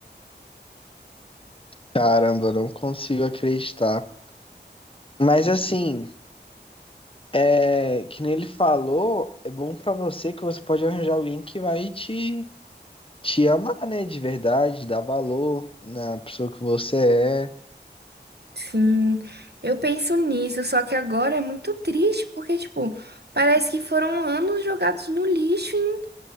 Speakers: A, on the left (about 30°); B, on the right (about 60°).
A: caramba, eu não consigo acreditar. Mas assim. É, que nem ele falou, é bom pra você que você pode arranjar alguém que vai te, te amar, né? De verdade, dar valor na pessoa que você é.
B: Sim, eu penso nisso, só que agora é muito triste, porque, tipo, parece que foram anos jogados no lixo em